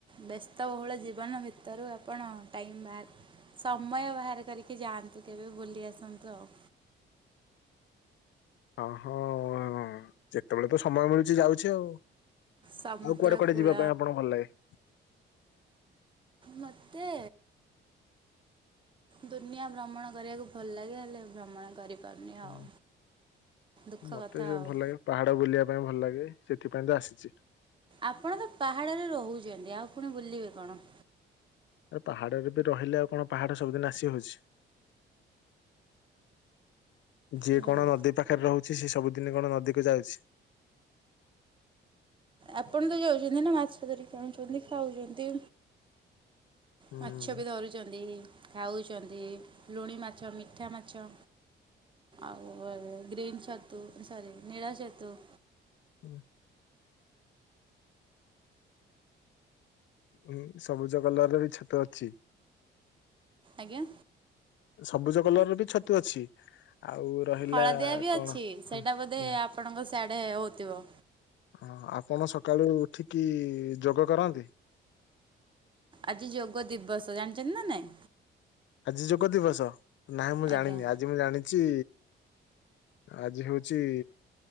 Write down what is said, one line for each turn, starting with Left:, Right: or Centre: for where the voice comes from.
Right: ବ୍ୟସ୍ତବହୁଳ ଜୀବନ ଭିତରୁ ଆପଣ ଟାଇମ୍ ବାହାର ସମୟ ବାହାର କରିକି ଯାଆନ୍ତୁ କେବେ ବୁଲି ଆସନ୍ତୁ ଆଉ।
Left: ଅହୋ ନେ ଯେତେବେଳେ ତ ସମୟ ମିଳୁଚି ଯାଉଚି ଆଉ।
Right: ସମୁଦ୍ର
Left: ଆଉ କୁଆଡେ କୁଆଡେ
Right: କୂଳ
Left: ଯିବା ପାଇଁ ଆପଣଙ୍କୁ ଭଲ ଲାଗେ?
Right: ମୋତେ? ଦୁନିଆ ଭ୍ରମଣ କରିବାକୁ ଭଲ ଲାଗେ ହେଲେ ଭ୍ରମଣ କରିବ ପାରୁନି
Left: ହୁଁ
Right: ଆଉ ଦୁଃଖ
Left: ମତେ
Right: କଥା
Left: ସେ
Right: ଆଉ।
Left: ଭଲ ଲାଗେ ପାହାଡ ବୁଲିବା ପାଇଁ ଭଲ ଲାଗେ ସେଥିପାଇଁ ତ ଆସିଚି।
Right: ଆପଣ ତ ପାହାଡରେ ରହୁଚନ୍ତି ଆଉ ପୁଣି ବୁଲିବେ କଣ।
Left: ଆ ପାହାଡରେ ବି ରହିଲେ, ଆଉ କଣ ପାହାଡ ସବୁଦିନ ଆସି ହଉଛି। ଯିଏ
Right: ହୁଁ ଭଲ।
Left: କଣ ନଦୀ ପା ପାଖରେ ରହୁଚି, ସ ସବୁଦିନି କଣ ନଦୀକୁ ଯାଉଚି।
Right: ଆପଣ ତ ଯାଉଚନ୍ତି ନା, ମାଛ ଧରିକି ଆଣୁଚନ୍ତି, ଖାଉଚନ୍ତି।
Left: ହୁଁ
Right: ମାଛ ବି ଧରୁଚନ୍ତି, ଖାଉଚନ୍ତି, ଲୁଣି ମାଛ, ମିଠା ମାଛ ଆଉ ଗ୍ରୀନ୍ ଛତୁ, ସରି, ନୀଳ ଛତୁ
Left: ହୁଁ। ଉଁ, ସବୁଜ କଲରର ବି ଛତୁ ଅଛି।
Right: ଆଜ୍ଞା।
Left: ସବୁଜ କଲର ର ବି ଛତୁ ଅଛି, ଆଉ ରହିଲା
Right: ହଳଦିଆ ବି ଅଛି
Left: କଣ,
Right: ସେଇଟା
Left: ହଁ ହଁ
Right: ବୋଧେ ଆପଣଙ୍କ ସିଆଡେ ହଉଥିବ।
Left: ହଁ, ଆପଣ ସକାଳୁ ଉଠିକି ଯୋଗ କରନ୍ତି?
Right: ଆଜି ଯୋଗ ଦିବସ, ଜାଣିଚନ୍ତି ନା ନାଇଁ?
Left: ଆଜି ଯୋଗ ଦିବସ, ନାଇଁ ମୁଁ
Right: ଆଜ୍ଞା।
Left: ଜାଣିନି, ଆଜି ମୁଁ ଜାଣିଚି ଆଜି ହଉଚି